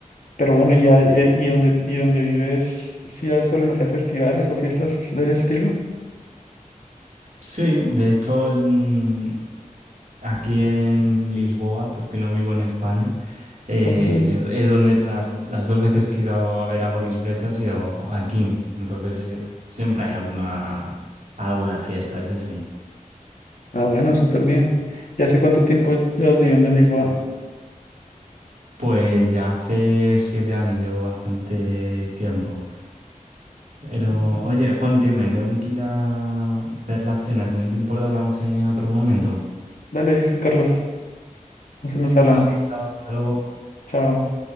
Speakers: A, on the left; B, on the right.
A: Pero bueno, ¿y, a- eh, y, donde, y donde vives, si suelen hacer festivales o fiestas de ese estilo?
B: Sí, de hecho, mm, aquí en Lisboa, porque no vivo en España, eh,
A: Ok.
B: es, es donde las, las dos veces que he ido a ver a Boris Brejcha ha sido aquí. Entonces, eh, siempre hay alguna, alguna fiesta, eso sí.
A: Ah, bueno, súper bien. ¿Y hace cuánto tiempo llevas viviendo en Lisboa?
B: Pues ya hace siete años, llevo bastante tiempo. Pero,
A: Mm.
B: oye, Juan, tío, me tengo que ir a hacer la cena. Si no te importa, hablamos en otro momento.
A: Dale, listo, Carlos. Entonces nos hablamos.
B: Ah, chao, hasta luego.
A: Chao.